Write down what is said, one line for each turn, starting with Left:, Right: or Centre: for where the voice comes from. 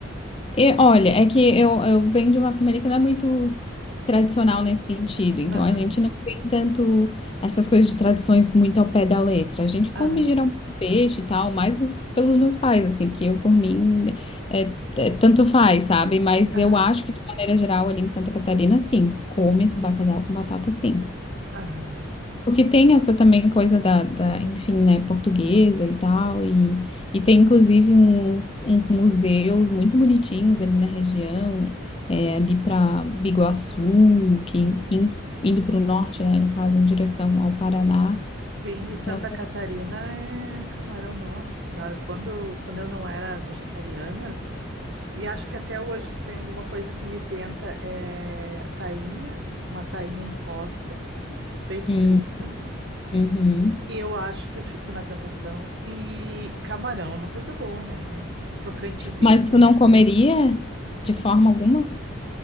Left: E, olha, é que eu, eu venho de uma família que não é muito tradicional nesse sentido, então
Right: Aham,
Left: a gente não tem tanto essas coisas de tradições muito ao pé da letra. A gente come
Right: aham,
Left: geralmente peixe e tal, mais os- pelos meus pais, assim, porque eu, por mim, é, é, tanto faz, sabe? Mas
Right: aham,
Left: eu acho que, de maneira geral, ali em Santa Catarina, sim, se come esse bacalhau com batata, sim.
Right: aham.
Left: Porque tem essa também coisa da, da, enfim, né, portuguesa e tal, e, e tem inclusive uns, uns museus muito bonitinhos ali na região, é, ali para Biguaçu, que
Right: é.
Left: in- indo, para o norte, né, no caso, em direção ao
Right: S-
Left: Paraná.
Right: Sim, e
Left: Então,
Right: Santa
Left: tem-
Right: Catarina é camarão, nossa senhora, quando, eu- quando eu não era vegetariana, E acho que até hoje, se tem alguma coisa que me tenta, é a tainha, uma tainha imposta, bem frita.
Left: Hum, uhum.
Right: E eu acho que eu fico na tentação. E camarão é uma coisa boa, né? Crocantezinho.
Left: Mas tu não comeria de forma alguma?